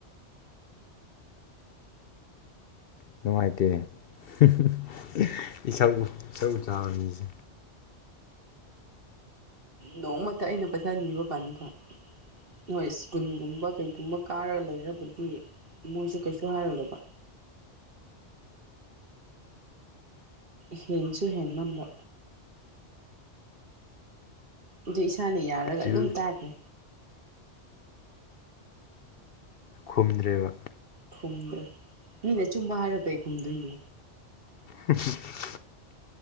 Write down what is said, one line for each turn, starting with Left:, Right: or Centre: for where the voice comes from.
Left: ꯅꯨꯡꯉꯥꯏꯇꯦꯅꯦ <inaudible> ꯏꯁꯧ ꯏꯁꯧ ꯆꯥꯕ ꯃꯤꯁꯦ
Right: ꯅꯣꯡꯃꯇ ꯑꯩꯅ ꯄꯩꯁꯥ ꯅꯤꯕ ꯄꯥꯟꯅꯤꯀꯣ ꯍꯣꯏ ꯁ꯭ꯀꯨꯟꯒꯨꯝꯕ ꯀꯩꯒꯨꯝꯕ ꯀꯥꯔꯒ ꯂꯩꯔꯕꯗꯤ ꯃꯣꯏꯁꯦ ꯀꯩꯁꯨ ꯍꯥꯏꯔꯗꯕ ꯍꯁꯨ <unintelligible> ꯍꯦꯟꯃꯟꯕ ꯑꯗꯨ ꯏꯁꯥꯅ ꯌꯥꯔꯒ
Left: ꯆꯤꯜ
Right: ꯑꯗꯨꯝ ꯇꯥꯈ꯭ꯔꯦ
Left: ꯈꯨꯝꯗ꯭ꯔꯦꯕ
Right: ꯈꯨꯝꯗ꯭ꯔꯦ ꯃꯤꯅ ꯆꯨꯝꯕ ꯍꯥꯏꯔ ꯀꯩ ꯈꯨꯝꯗꯣꯏꯅꯣ
Left: ꯍ <unintelligible> <inaudible>